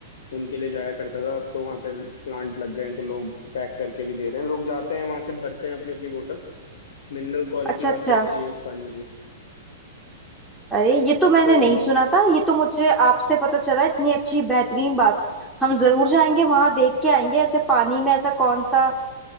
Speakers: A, on the left; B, in the centre.
A: उनके लिए जाया करता था अब तो वहाँ पे प्लांट लग गए हैं तो लोग पैक करके भी दे रहे हैं लोग जाते हैं वहां से भरते हैं अपनी अपनी बोतल मिनरल क्वालिटी
B: अच्छा
A: काफी
B: अच्छा
A: अच्छी है उस पानी की
B: अरे ये तो मैंने
A: तो
B: नहीं सुना
A: आप
B: था ये तो मुझे आपसे पता चला इतनी अच्छी बेहतरीन बात हम जरूर जाएंगे वहां देख के आएंगे ऐसे पानी में ऐसा कौन सा